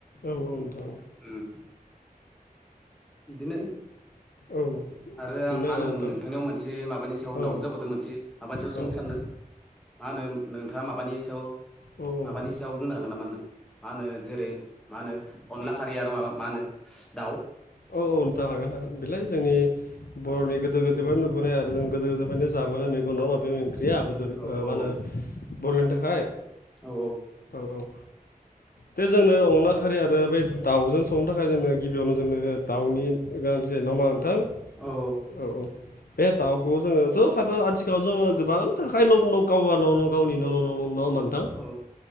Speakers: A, on the left (about 80°); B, in the centre.
A: औ नोंथां
B: उम्म बिदिनो
A: औ।
B: आरो
A: बेनो
B: आं मा
A: आरोना
B: होनोमोन
A: नोंथां
B: नोंथांनियाव मोनसे माबानि सायाव
A: औ
B: दाउट जाबोदों मोनसे माबानि सायाव
A: हो
B: सोंनो सानदों। मा होनो नोंथाङा माबानि सायाव
A: औ
B: माबानि
A: औ
B: सायाव बुंनो हागोन नामा आंनो? मा होनो जेरै मा होनो अनला खारि आरो माबा मा होनो दाउ?
A: औ औ। खोन्था हागोन आं बेलाय जोंनि बर'नि गोदो गोदायनिफ्रायनो नुबोनाय आरो जों गोदो गोदायनिफ्रायनो जाबोनाय मेगं नङा' होमबा बे मेग ख्रिया बेदर
B: औ
A: मा
B: औ
A: होनो बर'नि थाखाय
B: औ
A: औ औ दे जोंनो अनला खारि आरो बे दाउजों संनो थाखाय जोंनो गिबियावनो जोंनो दाउनि गोनांथि जायो नङाहोमबा नोंथां?
B: औ
A: औ औ। बे दाउखौ जोङोथ' खायफा आथिखालाव जोङो गोबां थाखायो न' न' गावा न' न' गावनि न' न' न' न' नङा होमबा' नोंथां
B: औ